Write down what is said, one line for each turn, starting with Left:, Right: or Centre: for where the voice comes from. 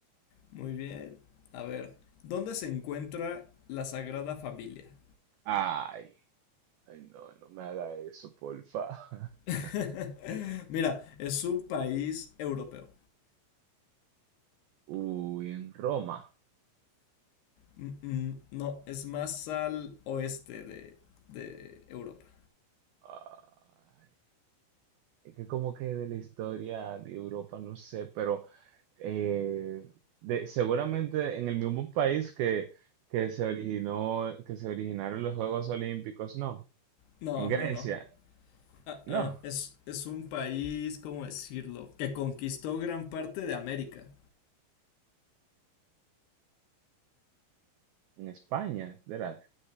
Left: Muy bien. A ver, ¿dónde se encuentra la Sagrada Familia?
Right: Ay, ay, no, no me haga eso, porfa. <laughs>
Left: <laughs> Mira, es un país europeo.
Right: Uy, en Roma.
Left: Mm, mm, no, es más al oeste de, de Europa.
Right: Ay, es que como que de la historia de Europa, no sé, pero eh, de- seguramente en el mismo país que, que se originó, que se originaron los Juegos Olímpicos, no.
Left: No,
Right: En Grecia,
Left: no, no. Ah,
Right: no.
Left: ah, es, es un país, ¿cómo decirlo? Que conquistó gran parte de América.
Right: En España, ¿verdad?